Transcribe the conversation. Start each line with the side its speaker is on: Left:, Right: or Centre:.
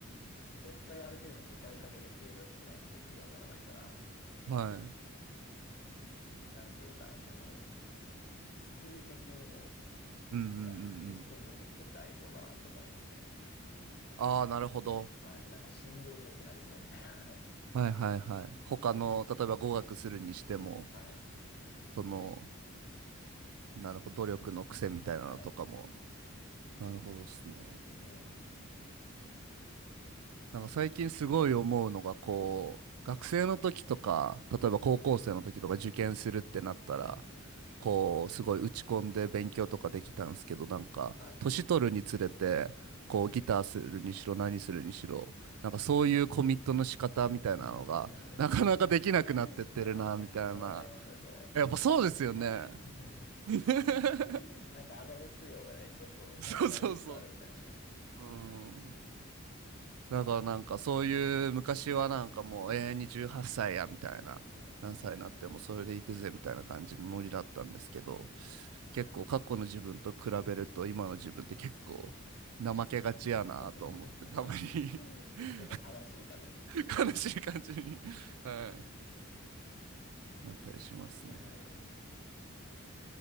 Left: 絶対ある程度時間かけて継続しないとできるようにならないから、
Right: うん。はい。うん
Left: なんていうか、その、スキル的にも
Right: うんうんうん。
Left: 楽器弾くメリットってありそうだなって思いますね。
Right: ああ、なるほど。
Left: はい。なんか辛抱強くなりそうみたいな。
Right: はいはいはい。他の、
Left: <laughs>
Right: 例えば語学するにしても、
Left: はい。
Right: その、なるほど、努力の癖みたいなのとかも。
Left: はい。
Right: なるほどですね。
Left: うん。
Right: なんか最近すごい思うのがこう学生の時とか例えば高校生の時とか受験するってなったらこうすごい打ち込んで勉強とかできたんですけどなんか年取るにつれてこうギターするにしろ何するにしろなんかそういうコミットの仕方みたいなのがなかなかできなくなってってるなみたいな
Left: はい。<laughs> いやー、めっちゃわかりますね、それ。
Right: やっぱそうですよね
Left: うん。はい。
Right: <laughs>
Left: <laughs> なんかあの熱量がね、ちょっとなくなりつつあるみたいなね。
Right: そうそうそううんだからなんかそういう昔はなんかもう永遠に18歳やみたいな何歳になってもそれで行くぜみたいな感じのノリだったんですけど
Left: うんうんうん。
Right: 結構過去の自分と比べると今の自分って結構怠けがちやなと思ってたまに
Left: <laughs>
Right: <laughs>
Left: ちょっと悲しい感じです。<laughs>
Right: 悲しい感じに、はい、なったりしますね
Left: うーん。